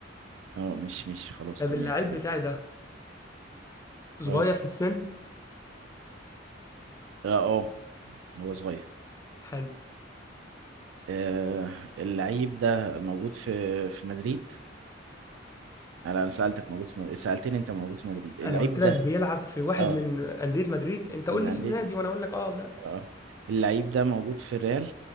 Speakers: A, on the right; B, on the left.
A: اه مش مش خلاص
B: طب
A: تمام
B: اللعيب
A: تمام
B: بتاعي ده صغير
A: اه
B: في السن
A: اه اه هو صغير
B: حلو
A: آه اللعيب ده موجود في في مدريد آه، لا انا سالتك موجود في مدريد. سالتني انت موجود في مدريد اللعيب
B: انا قلت لك
A: ده
B: بيلعب في واحد
A: اه
B: من انديه مدريد انت قول
A: من
B: لي
A: انديه
B: اسم نادي وانا اقول لك اه او لا
A: اه اللعيب ده موجود في الريال